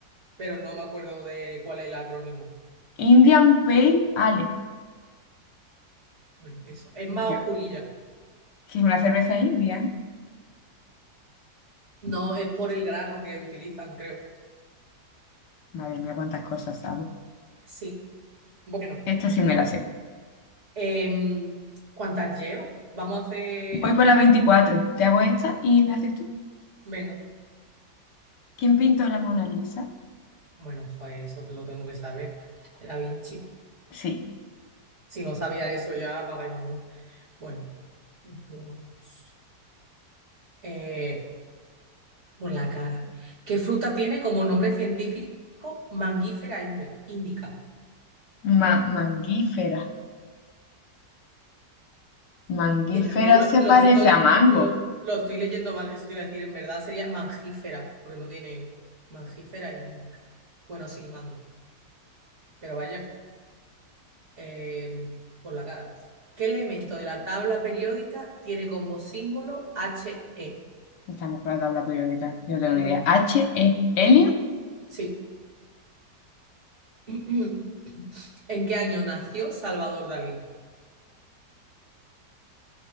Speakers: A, on the right; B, on the left.
A: pero no me acuerdo de cuál es el acrónimo.
B: Indian Pale Ale.
A: Bueno, eso, es más
B: Yo,
A: oscurilla.
B: que es una cerveza india, ¿eh?
A: No, es por el grano que utilizan, creo.
B: Madre mía, cuántas cosas sabes.
A: Sí, Bueno,
B: Esta sí me
A: vamos.
B: la sé.
A: Em, ¿cuántas llevas? Vamos a hacer
B: Voy por
A: 15,
B: la 24.
A: ¿no?
B: Te hago esta y me haces tú.
A: Venga.
B: ¿Quién pintó la Mona Lisa?
A: Bueno, joder, eso lo tengo que saber. Era bien chico.
B: Sí,
A: Si no sabía eso, ya apaga y vámonos. Bueno, continuamos. Eh, por la cara. ¿Qué fruta tiene como nombre científico Mangifera inde- indica?
B: ma- Mangífera. Mangífera
A: En realidad lo,
B: se
A: lo
B: parece
A: estoy,
B: a mango.
A: lo estoy leyendo mal, eso te iba a decir. En verdad sería mangífera, porque no tiene U. Mangífera indica. Bueno, sí, mango. Pero vaya. eh, por la cara. ¿Qué elemento de la tabla periódica tiene como símbolo HE?
B: Estamos con la tabla periódica. Yo no tengo
A: Mm,
B: ni idea. ¿H-E? ¿Helio?
A: sí. <clears throat> ¿En qué año nació Salvador Dalí?